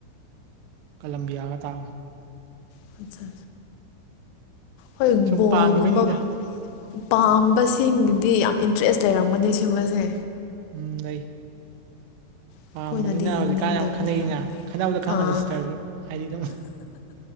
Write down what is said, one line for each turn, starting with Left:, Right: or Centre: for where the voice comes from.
Right: ꯀꯂꯦꯝꯂꯝꯕꯤꯌꯥꯒ ꯇꯥꯕꯟ
Left: ꯑꯠꯆꯥꯆꯥ ꯍꯣꯏ
Right: ꯁꯨꯝ
Left: ꯕꯣꯜꯒꯨꯝꯕ
Right: ꯄꯥꯡꯒꯤꯕꯩꯅꯤꯗ
Left: ꯄꯥꯝꯕꯁꯤꯡꯗꯤ ꯌꯥꯝ ꯏꯟꯇꯔꯦꯁ ꯂꯩꯔꯝꯒꯅꯤ ꯁꯤꯨꯝꯕꯁꯦ
Right: ꯎꯝ ꯂꯩ
Left: ꯑꯩꯈꯣꯏꯅꯗꯤ
Right: ꯄꯥꯝꯕꯅꯤꯅ
Left: ꯌꯦꯡꯅꯤꯡꯗꯕꯅꯤꯅ
Right: ꯍꯧꯖꯤꯛꯀꯥꯟ ꯌꯥꯝ ꯈꯟꯅꯩꯅ ꯈꯟꯅꯕꯗ ꯈꯪꯉꯅꯤ
Left: ꯑꯥ
Right: ꯁꯤꯁꯇꯔꯁꯨ ꯍꯥꯏꯗꯤ ꯑꯗꯨꯝ